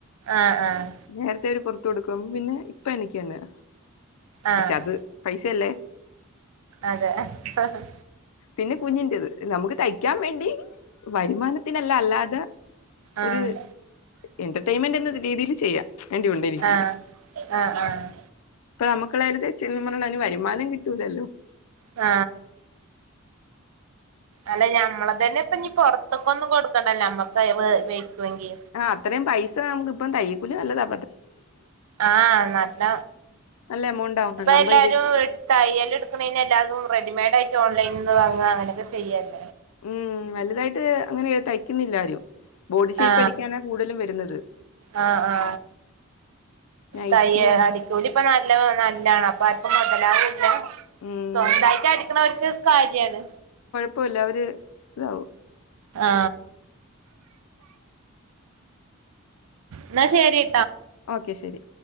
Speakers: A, on the right; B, on the left.
A: ആഹ് ആഹ്
B: നേരത്തെ അവര് പൊറത്ത് കൊടുക്കും ഇപ്പം പിന്നെ ഇപ്പം എനിക്ക് തന്നെ
A: ആഹ്
B: പക്ഷെ അത് പൈസയല്ലേ
A: അതെ ആഹ്
B: പിന്നെ കുഞ്ഞിൻ്റെത് നമുക്ക് തയ് ക്കാൻ വേണ്ടി വരുമാനത്തിനല്ല അല്ലാതെ
A: ആഹ്
B: ഒരു എന്റർമെന്റ് എന്ന രീതിൽ ചെയ്യാ വേണ്ടിയുണ്ട് എനിക്ക്
A: ആഹ് ആഹ്
B: ഇപ്പ നമുക്കുള്ളായാര് തയ്ച്ച് തരും അതും കിട്ടൂല്ലല്ലോ
A: ആ അല്ല ഞമ്മള തന്നെ ഇപ്പ ഇനി പുറത്തേക്ക് ഒന്നും കൊടുക്കണ്ടല്ലേ നമ്മക്ക് വെയ്ക്കുവെങ്കി
B: ആ അത്രയും പൈസ നമുക്കിപ്പം ത തയ്യകുലിനല്ലതാ
A: ആ നല്ല
B: നല്ല എമൗണ്ട് ആവുന്നുണ്ട്
A: ഇപ്പ
B: അമ്പത്
A: എല്ലാരും
B: രൂപക്ക്
A: തയ്യൽ എടുക്കണേന് എല്ലാരും റെഡിമേഡ് ആയി ഓൺലൈനിന്ന് വാങ്ങുക അങ്ങനെയൊക്കെ ചെയ്യരുന്നു
B: ഉം വലുതായിട്ട് അങ്ങനെ തയ്ക്കുന്നില്ല ആരും ബോഡി ഷേപ്പ്
A: ആ
B: അടിക്കാനാ കൂടുതലും വരുന്നത്
A: ആ ആ
B: നൈറ്റി
A: തയ്യ
B: അത്.
A: അടിക്കൂലി ഇപ്പൊ നല്ല നല്ലാണ് അപ്പം മുതലാവൂല്ല
B: ഉം
A: സ്വന്തായിട്ട് അടിക്കണവർക്ക് കാര്യാണ്
B: ഇപ്പല്ല അവര് ഇതാവും
A: ആ എന്ന ശരി
B: ഓക്കെ ശരി